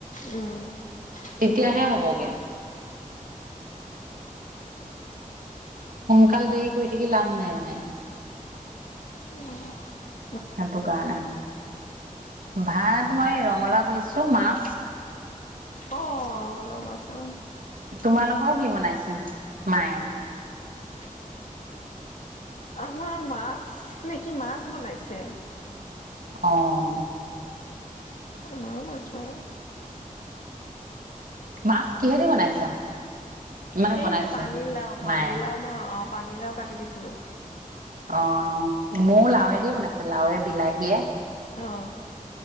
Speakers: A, on the left (about 60°); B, on the right (about 75°).
A: উম, সেইটো
B: তেতিয়াহে
A: হয়।
B: হ'বগে। সোনকাল দেৰি কৰি থাকি লাভ নাই মানে।
A: উম।
B: সিটো কাৰণে, ভাত মই ৰঙালাও পাইছোঁ মাছ
A: অ', অলপ আহাচোন।
B: তোমালোকৰ কি বনাইছে মায়ে?
A: <unintelligible> আমাৰ মাছ নেকি মাছ বনাইছে?
B: অ'।
A: আম মাছ ভও <inaudible>
B: মাছ কিহেদি বনাইছা? মানে
A: এই
B: বনাইছে
A: যে পানী লাও, পানী
B: মায়ে
A: লাও মই অ' পানীলাও কাটি দিছিলো।
B: অ', ময় লাওৱেদি বনাইছে লাৱে বিলাহীয়ে।
A: অ'।